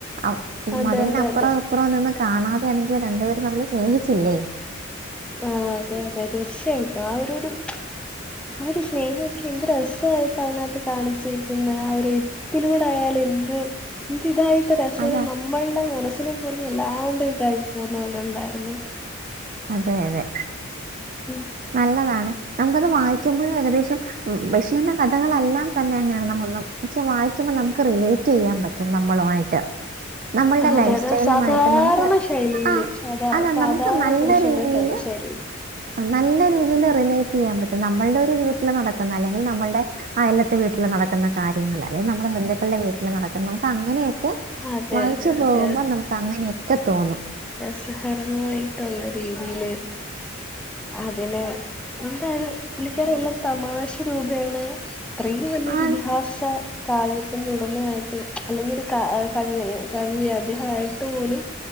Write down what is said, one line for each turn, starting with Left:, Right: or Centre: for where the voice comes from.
Right: അ
Centre: അതെ
Right: മതിലിനപ്പുറം
Centre: അതെ അതെ
Right: ഇപ്പുറം നിന്ന് കാണാതെ ആണെങ്കിലും രണ്ട്പേരും തമ്മില് സ്നേഹിച്ചില്ലേ
Centre: ആഹ് അതെ അതെ തീർച്ചയായിട്ടും ആ ഒരൊരു ആ ഒരു സ്നേഹവക്കെ എന്ത് രസ്സായിട്ടാണ് അതിനാത്ത് കാണിച്ചേക്കുന്നേ ആ ഒര് ത്തിലൂടായാല് എന്ത് ഇതായിട്ട് രസ
Right: അതാ
Centre: നമ്മൾടെ മനസ്സിനെ പോലും വല്ലാണ്ട് ഇതായി പോന്ന പോലെ ഇണ്ടാര്ന്നു
Right: അതെ അതെ
Centre: ഉം
Right: നല്ലതാണ് നമുക്കത് വായിക്കുമ്പയും ഏകദേശം ബെഷിർന്റെ കഥകളെല്ലാം തന്നെ അങ്ങനെയാണ് നമ്മള പക്ഷെ വായിക്കുമ്പോൾ നമുക്ക് റിലേറ്റ് ചെയ്യാൻ പറ്റും നമ്മളു വായിട്ട് നമ്മൾടെ
Centre: അതെ
Right: ലൈഫ്
Centre: അതെ
Right: സ്റ്റൈലുമായിട്ട്
Centre: സാധാരണ
Right: നമുക്ക്
Centre: ശൈലിയില്
Right: ആഹ്
Centre: സാധാ
Right: അതാ
Centre: സാധാ
Right: നമുക്ക് നല്ല
Centre: മനുഷ്യന്റെ
Right: രീതിയില്
Centre: ശൈലിയിൽ
Right: നല്ല രീതില് റിലേറ്റ് ചെയ്യാൻ പറ്റും നമ്മൾടെ ഒരു വീട്ടില് നടക്കുന്ന അല്ലെങ്കിൽ നമ്മൾടെ അയല ത്തെ വീട്ടില് നടക്കുന്നാ കാര്യങ്ങള് അല്ലെങ്കില് നമ്മടെ ബന്ധുക്കൾടെ വീട്ടില് നടക്കുന്ന നമുക്ക് അങ്ങനെ യെക്കെ
Centre: അതെ
Right: വായിച്ചു
Centre: അതെ
Right: പോകുമ്പോ
Centre: അതെ
Right: നമുക്ക് അങ്ങനെയെക്കെ തോന്നും
Centre: രസഹരമായിട്ടുള്ള രീതിയില് അതില് എന്തായാലും പുള്ളിക്കാരി എല്ലാം തമാശ രൂപേണ ഇത്രേം വല്ല്യോര്
Right: ആണ്.
Centre: ഇതിഹാസ കായികത്തിനു ഉടമയായിട്ട് അല്ലെങ്കി ഒരു ക അ കവി കവി അദ്ദേഹാവായിട്ട് പോലും